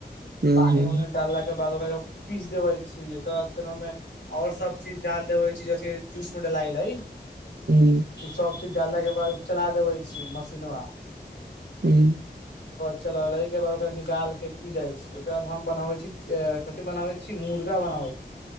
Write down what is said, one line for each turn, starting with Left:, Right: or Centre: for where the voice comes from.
Right: ह
Left: पानी उनी डालला के ब द पीस देबै छी एककर बाद फेर ओहिमे और सब चीज डाल देबै छै ज जूस में डाल
Right: ह
Left: सबचीज डालला के बाद चला देबै छी मसीनबा
Right: ह्म
Left: चलल के बाद ओकरा निकाल के पी जाइ छी ओकर बाद हम बनावे छी कथि बनावे छी मुर्गा बना